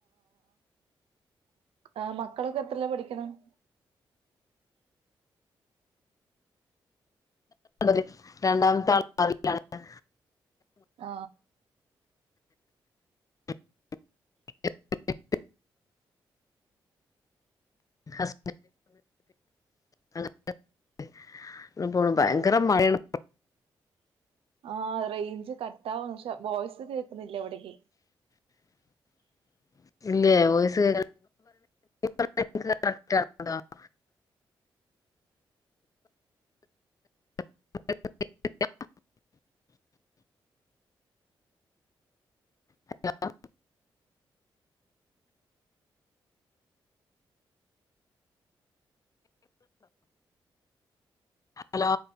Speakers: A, on the right (about 70°); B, on the left (about 35°).
A: ആ മക്കളൊക്കെ എത്രേലാ പഠിക്കണേ. <inaudible>
B: <inaudible> രണ്ടാമത്തെ ആള് <inaudible> ലാണ്.
A: ആ
B: <inaudible> ഹസ് <inaudible> ഇ പോണു ഭയങ്കര
A: ഓ
B: മഴയാണ്
A: ആ റേഞ്ച് കട്ടാവും പക്ഷെ വോയ്സ് കേൾക്കുന്നില്ല എവിടക്ക്
B: <inaudible> ഇല്ലേ വോയ്‌സ് <inaudible> കറക്ട് ആണോ <inaudible> <inaudible> ഹലോ ഹലോ